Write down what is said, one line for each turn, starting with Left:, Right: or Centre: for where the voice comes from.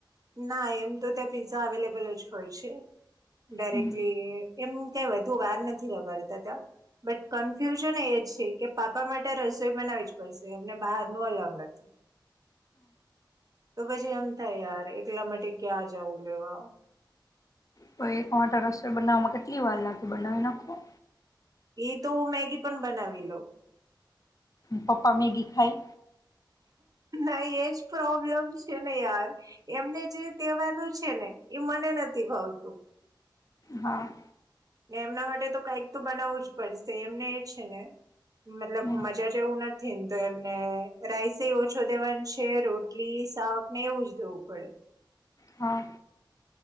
Right: ના એમ તો ત્યાં પીઝા અવેલેબલ જ હોય છે. ડાયરેક્ટલી
Left: હમ
Right: એમ કઈ વધુ વાર નથી લગાડતા. ત્યાં બટ કન્ફ્યુઝન એ જ છે. કે, પાપા માટે રસોઈ બનાવી જ પડશે. એમને બહાર ન અલવ નથી. તો પછી એમ થાય યાર એટલા માટે ક્યાં જવું લેવા?
Left: તો એકમાટ રસોઈ બનાવવામાં કેટલી વાર લાગે બનાવી નાખો.
Right: એ તો હું મેગી પણ બનાવી લઉં.
Left: પપ્પા મેગી ખાય?
Right: નહી એજ પ્રોબ્લેમ છે ને યાર એમને જે દેવાનું છે ને એ મને નથી ભાવતું.
Left: હા.
Right: ને એમના માટે તો કઈક તો બનાવવું જ પડશે એમને એ છે ને મતલબ
Left: હમ
Right: મજા જે એવું નથી ને તો એમને રાઈસ ઓછો દેવાની છે રોટલી શાક ને એવું જ દેવું પડે.
Left: હા.